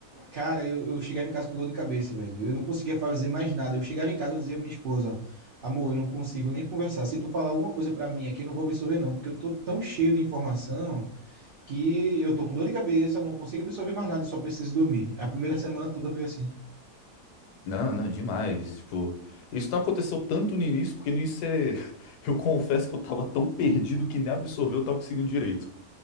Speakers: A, on the right; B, on the left.
A: Cara, eu, eu chegava em casa com dor de cabeça, velho. Eu não conseguia fazer mais nada. Eu chegava em casa, eu dizia à minha esposa, amor, eu não consigo nem conversar. Se tu falar alguma coisa pra mim aqui, eu não vou absorver, não, porque eu tô tão cheio de informação que eu tô com dor de cabeça, não consigo absorver mais nada, eu só preciso dormir. A primeira semana toda foi assim.
B: Não, não, demais. Tipo, isso não aconteceu tanto no início, porque no início é... <laughs> eu confesso que eu tava tão perdido que nem absorver eu tava conseguindo direito.